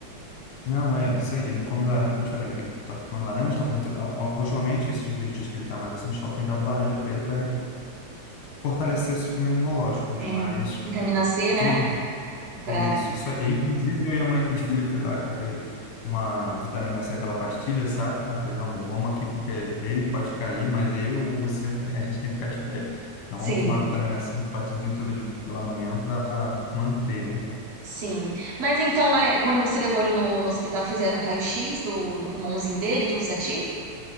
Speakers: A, on the left; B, on the right.
A: Não, é isso aí, ele come laranja, como eu te falei, né? ele tá comendo laranja, tá fazendo, a- a- ultimamente, esses dois dias que ele tá mais assim, a gente só tem dado laranja para ele para fortalecer o sistema imunológico, né?
B: É,
A: Mas...
B: vitamina
A: é,
B: C, né?
A: Todo,
B: Pra...
A: Isso, isso aí. Inclusive, eu e a mãe dele, eu fui lá, comprei uma vitamina C, aquela pastilha, sabe? Eu falei, não, amor, vamos aqui porque ele pode cair, mas eu ou você, não tem- a gente tem que ficar de pé. Então,
B: Sim,
A: vamos tomar vitamina C, um potezinho todo de, pela manhã para manter, né?
B: sim. Mas então, é, quando você levou ele no, no hospital, fizeram um raio-x do, do pulmãozinho dele, tudo certinho?